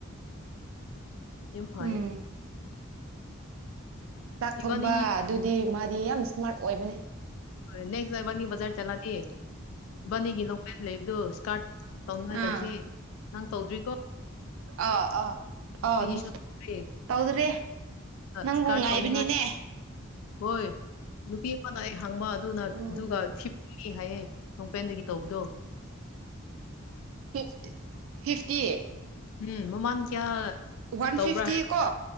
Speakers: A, on the left (about 80°); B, on the right (about 70°).
A: ꯌꯥꯝꯦꯝ ꯐꯌꯦ
B: ꯎꯝ ꯆꯥꯛ
A: ꯏꯕꯥꯅꯤ
B: ꯊꯣꯡꯕ ꯑꯗꯨꯗꯤ ꯃꯥꯗꯤ ꯌꯥꯝ ꯏꯁꯃꯥꯔꯠ ꯑꯣꯏꯕꯅꯦ
A: ꯍ ꯅꯦꯛꯁ ꯕꯥꯅꯤ ꯕꯖꯥꯔ ꯆꯠꯂꯗꯤ ꯕꯥꯅꯤꯒꯤ ꯂꯣꯡꯄꯦꯟ ꯂꯩꯕꯗꯨ ꯏꯁꯇꯥꯔꯠ ꯇꯧꯅꯤꯡꯉꯥꯏ
B: ꯑꯥ
A: ꯇꯧꯁꯦ ꯅꯪ ꯇꯧꯗ꯭ꯔꯤꯀꯣ
B: ꯑꯥ ꯑꯥ ꯑꯥꯎ
A: ꯑꯩꯒꯤꯁꯨ ꯇꯧꯗ꯭ꯔꯤ
B: ꯇꯧꯗ꯭ꯔꯦ ꯅꯪꯕꯨ
A: ꯏꯁꯀꯥꯔꯠ
B: ꯉꯥꯏꯕꯅꯤꯅꯦ
A: ꯇꯧꯅꯤꯡꯉꯥꯏ ꯍꯣꯏ ꯅꯨꯄꯤ ꯑꯃꯅ ꯑꯩ ꯍꯥꯡꯕ ꯑꯗꯨꯅ
B: ꯎꯝ
A: ꯑꯗꯨꯒ ꯐꯤꯐꯇꯤꯅꯤ ꯍꯥꯏꯌꯦ ꯅꯣꯡꯄꯦꯟꯗꯒꯤ ꯇꯧꯕꯗꯣ
B: ꯐꯤ ꯐꯤꯐꯇꯤ
A: ꯎꯝ ꯃꯣꯃꯥꯟ ꯀꯌꯥ
B: ꯋꯥꯟ
A: ꯇꯧꯕ꯭ꯔꯥ
B: ꯐꯤꯐꯇꯤ
A: ꯍꯥꯏ
B: ꯀꯣ